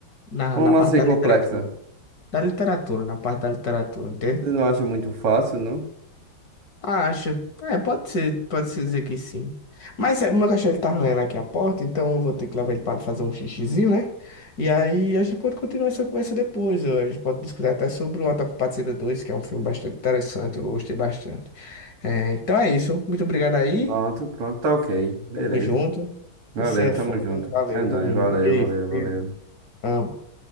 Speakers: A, on the left; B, on the right.
A: Na,
B: como
A: na parte
B: assim
A: da
B: complexa?
A: literatura. Da literatura, na parte da literatura, entende?
B: Você não acha muito fácil, não?
A: Ah, Acho. É, pode ser, pode se dizer que sim. Mas é, o meu cachorro ele tá arranhando aqui a porta, então eu vou ter que levar ele para fazer um xixizinho, né? E aí a gente pode continuar essa conversa depois. ó. A gente pode discutir até sobre o Autocapacidade dois que é um filme bastante interessante, eu gostei bastante. É, então é isso. Muito obrigado aí.
B: Pronto, pronto, tá ok. Beleza.
A: Tamo junto. Você
B: Valeu,
A: é
B: tamo
A: foda.
B: junto.
A: Valeu,
B: É nóis,
A: tamo junto.
B: valeu,
A: Beijo,
B: valeu,
A: Pedro.
B: valeu.
A: Amo.